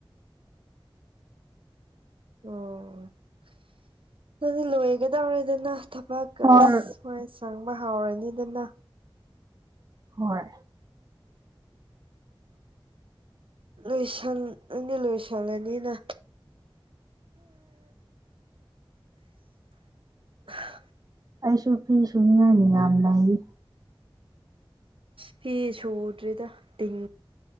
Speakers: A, on the right; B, on the right.
A: ꯑꯣ ꯑꯗꯨꯗꯤ ꯂꯣꯏꯒꯗꯧꯔꯦꯗꯅ ꯃꯥ
B: ꯍꯣꯏ
A: ꯑ ꯁ꯭ꯋꯥꯏ ꯆꯪꯕ ꯍꯥꯎꯔꯅꯤꯗꯅ
B: ꯍꯣꯏ
A: ꯂꯣꯏꯁ ꯅꯪꯗꯤ ꯂꯣꯏꯁꯜꯂꯅꯤꯅ <unintelligible>
B: ꯑꯩꯁꯨ ꯐꯤ ꯁꯨꯅꯤꯡꯉꯥꯏ ꯃꯤ ꯌꯥꯝ ꯂꯩꯔꯤ
A: ꯐꯤ ꯁꯨꯗ꯭ꯔꯤꯗ ꯇꯤꯟ